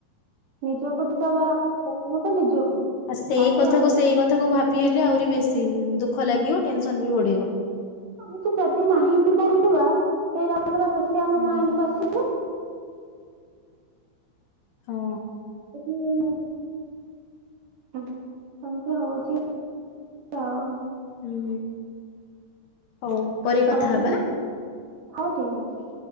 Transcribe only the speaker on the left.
ଆ ସେଇ
କଥାକୁ
ସେଇ କଥାକୁ ଭାବି ହେଲେ ଆହୁରି ବେଶୀ ଦୁଃଖ ଲାଗିବ ଟେନସନ ବି ବଢିବ।
ହୁଁ।
ହଁ।
ହୁଁ ହଉ ପରେ
କଥା ହେବା।